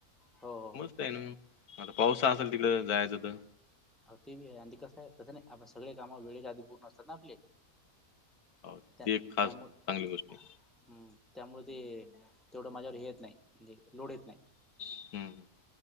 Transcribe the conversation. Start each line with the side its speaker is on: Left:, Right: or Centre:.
Centre: हो
Left: मस्त
Centre: हो
Left: हे ना मग आता पाउस असल. तिकडं जायचं आत
Centre: अ ते बी आणि कसं हाय कसं नाही आपण सगळे काम वेळेच्या आधी पूर्ण असतात ना आपली.
Left: हो, ती
Centre: त्या
Left: एक खास
Centre: त्यामुळे
Left: चांगली गोष्ट आहे
Centre: हम्म. त्यामुळे ते तेवढं माझ्यावर हेे येत नाही, म्हणजे लोढ येत नाही.
Left: हम्म.